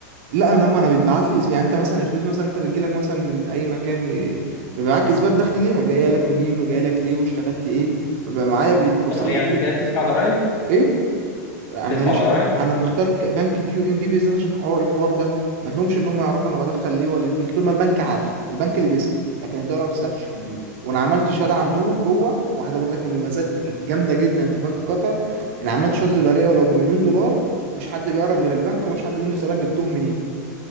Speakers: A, on the right; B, on the left.
A: لا انا لما انا بيتبعت لي إثبات- يعني انت مثلا الفلوس مثلا انت بتجيلك مثلا من اي مكان إيه، فبيبقى معاك اثبات دخل ليها جايه لك منين وجايه لك ليه واشتغلت ايه فبقى معايا بيتوصل
B: طب ايه
A: لي
B: على
A: كل
B: كده بتدفع ضرايب
A: ايه انا
B: بتدفع
A: ماليش
B: ضرايب
A: انا مختار ك- بنك كيو ام بي بالذات عشان حوار الحوار ده ما لهمش ان هم يعرفوا انا بدخل ليه ولا فين طول ما البنك عارف البنك اللي بيسأل لكن الدولة ما بتسألش
B: امم
A: وانا عملت شهاده عندهم جوه واحده برضك من المميزات الجامده جدا في بنك قطر انا عملت شهاده دولاريه ولو بمليون دولار مفيش حد بيعرف غير البنك ومفيش حد ليه يسألك جبتهم منين